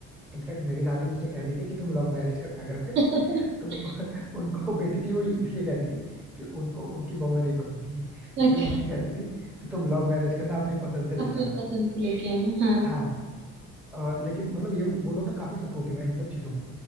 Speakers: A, in the centre; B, on the right (about 40°).
A: इनफैक्ट मेरी दादी मुझसे कहती थी कि तुम लव मैरिज करना घर में
B: है। <laughs>
A: <laughs> तुम उनको बेसिकली वो इसलिए कहती थी कि उनको उनकी बहुएं नहीं पसंद थी इसलिए
B: अच्छा
A: मुझे कहती थी कि तुम लव मैरिज करना अपनी पसंद से लेके
B: अपनी
A: आना
B: पसंद की लेके आना हाँ
A: हाँ और लेकिन मतलब ये वो लोग ना काफी सपोर्टिव है इन सब चीजों में